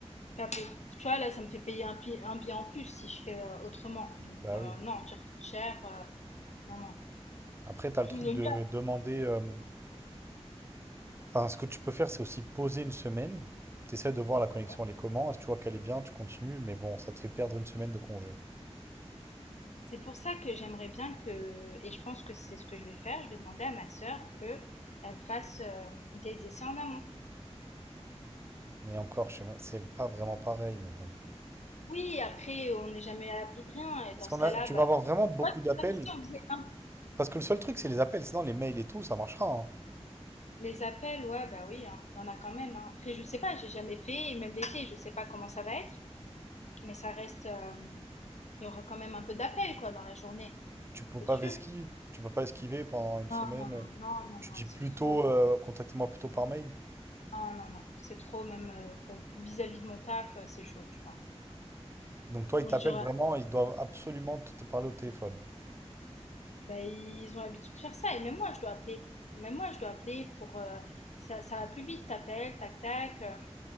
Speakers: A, on the left; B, on the right.
A: Enfin, pour- Tu vois, là, ça me fait payer un, pi- un billet en plus si je fais euh, autrement. Donc,
B: Bah
A: euh,
B: oui.
A: non, déjà, c'est cher. euh, non, non.
B: Après, t'as le truc
A: Le
B: de
A: mieux,
B: demander... euh, Enfin, ce que tu peux faire, c'est aussi poser une semaine. Tu essaies de voir la connexion,
A: ouais.
B: elle est comment. Si tu vois qu'elle est bien, tu continues. Mais bon, ça te fait perdre une semaine de congé.
A: C'est pour ça que j'aimerais bien que, et je pense que c'est ce que je vais faire, je vais demander à ma sœur que elle fasse euh, des essais en amont.
B: Mais encore, je sais même- c'est pas vraiment pareil, mais bon.
A: Oui, après, on n'est jamais à l'abri de rien. Et
B: Parce
A: dans
B: qu'on
A: ce cas-là,
B: a, tu vas
A: bah,
B: avoir vraiment beaucoup
A: tu vois,
B: d'appels.
A: c'est comme si on faisait un.
B: Parce que le seul truc, c'est les appels. Sinon, les mails et tout, ça marchera. hein.
A: Les appels, ouais, bah oui, hein, il y en a quand même. hein. Après, je sais pas, j'ai jamais fait, et même l'été, je sais pas comment ça va être. Mais ça reste. euh, il y aura quand même un peu d'appel, quoi, dans la journée.
B: Tu peux
A: C'est
B: pas
A: sûr.
B: esquiver. Tu peux pas esquiver pendant une
A: Non,
B: semaine.
A: non, non, non, non,
B: Tu
A: non,
B: dis
A: c'est
B: plutôt,
A: trop.
B: euh, contactez-moi plutôt par mail.
A: Non, non, non. C'est trop, même euh, pour vis-à-vis de mon taf, euh, c'est chaud, tu vois.
B: Donc toi,
A: On
B: ils t'appellent
A: se dira,
B: vraiment. Ils doivent absolument te te parler au téléphone.
A: bah, ils ont l'habitude de faire ça. Et même moi, je dois appeler. Même moi, je dois appeler pour. euh, ça, ça va plus vite, t'appelles, tac, tac. euh,